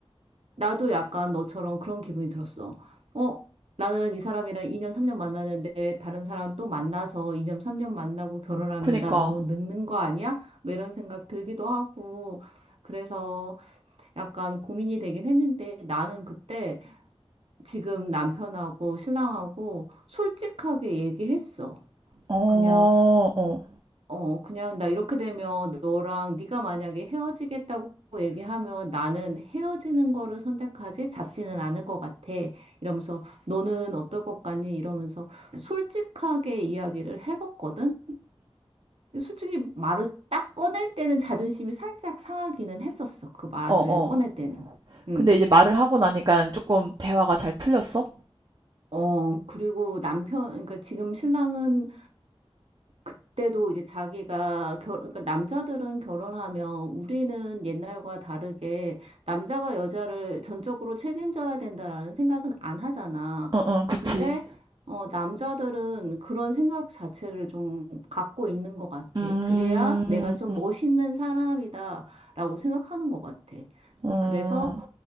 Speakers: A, on the right (about 70°); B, on the right (about 45°).
A: 나도 약간 너처럼 그런 기분이 들었어. 어, 나는 이 사람이랑 2년, 3년 만나는데 다른 사람 또 만나서 2년, 3년 만나고 결혼하면
B: 그니까.
A: 나 너무 늙는 거 아니야? 뭐 이런 생각 들기도 하고. 그래서 약간 고민이 되긴 했는데 나는 그때 지금 남편하고 신랑하고 솔직하게 얘기했어.
B: 어,
A: 그냥
B: 어,
A: 어 그냥 나 이렇게 되면 너랑 네가 만약에 헤어지겠다고 얘기하면 나는 헤어지는 거를 선택하지 잡지는 않을 것 같아. 이러면서 너는 어떨 것 같니? 이러면서 솔직하게 이야기를 해봤거든. 근데 솔직히 말을 딱 꺼낼 때는 자존심이 살짝 상하기는 했었어. 그 말을
B: 어, 어.
A: 꺼낼 때는. 음.
B: 근데 이제 말을 하고 나니까 조금 대화가 잘 풀렸어?
A: 어, 그리고 남편, 그러니까 지금 신랑은 그때도 이제 자기가 결, 그러니까 남자들은 결혼하면 우리는 옛날과 다르게 남자가 여자를 전적으로 책임져야 된다라는 생각은 안 하잖아.
B: 어, 어, 그치.
A: 근데 어, 남자들은 그런 생각 자체를 좀 갖고 있는 것 같아.
B: 음,
A: 그래야 내가 좀 멋있는 사람이다라고 생각하는 것 같아.
B: 음,
A: 그래서